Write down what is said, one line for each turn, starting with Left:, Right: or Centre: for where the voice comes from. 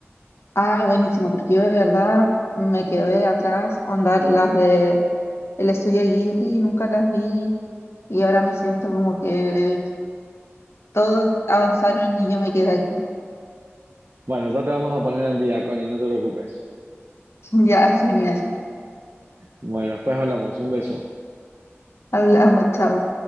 Left: Ah, buenísimo, porque yo de verdad me quedé atrás, onda, las de el estudio Ghibli, nunca las vi y ahora me siento como que todos avanzaron y yo me quedé aquí.
Right: Bueno, ya te vamos a poner al día, Connie, no te preocupes.
Left: <laughs> Ya, genial.
Right: Bueno, después hablamos. Un beso.
Left: Hablamos, chao.